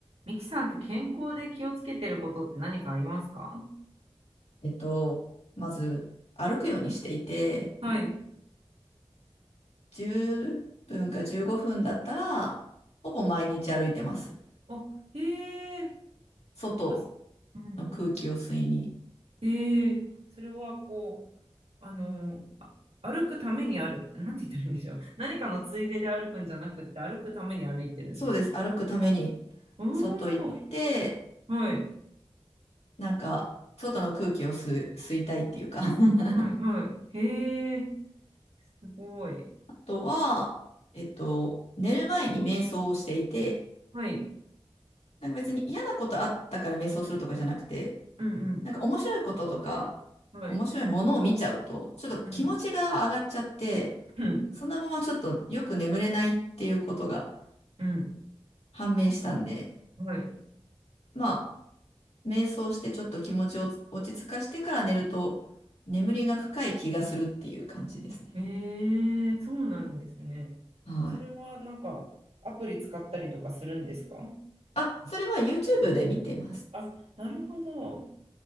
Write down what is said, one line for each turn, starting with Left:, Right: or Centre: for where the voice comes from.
Right: ミキさんって健康で気をつけてることって何かありますか
Left: えっと、まず歩くようにしていて、
Right: はい。
Left: 10分か15分だったら、ほぼ毎日歩いてます。
Right: あ、へえ、
Left: 外
Right: あ、すうんうん
Left: の空気を吸いに。
Right: へえ、それはこう、あの、あ、歩くために歩く、なんて言ったらいいんでしょう。何かのついでで歩くんじゃなくて、歩くために歩いてるんですか
Left: そうです。歩くために
Right: おおー、
Left: 外行って、
Right: はい、
Left: なんか、外の空気を吸う、吸いたいっていうか。<laughs> あ
Right: はい、はい。へえ、すごい。
Left: とは、えっと、寝る前に瞑想をしていて、
Right: はい、
Left: なんか別に嫌なことあったから瞑想するとかじゃなくて、
Right: うん、
Left: なんか面白いこととか、
Right: うん、はい、
Left: 面白いものを見ちゃうと、ちょっと気持ちが上がっちゃって、
Right: うん、うん、
Left: そのままちょっとよく眠れないっていうことが
Right: うん
Left: 判明したんで、
Right: はい。
Left: まあ、瞑想してちょっと気持ちを落ち着かしてから寝ると、眠りが深い気がするっていう感じですね。
Right: ええ、そうなんですね。
Left: はい。
Right: それはなんかアプリ使ったりとかするんですか
Left: あ、それは YouTube で見てます。
Right: あ、なるほど。